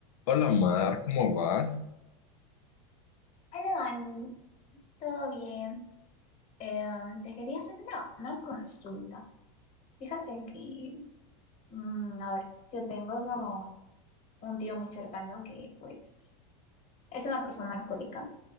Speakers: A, on the left; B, on the left.
A: Hola Mar, ¿cómo vas?
B: Hola Dani, ¿todo bien? Em, te quería hacer una, una consulta. Fíjate que, mm, a ver, yo tengo como un tío muy cercano que pues es una persona alcohólica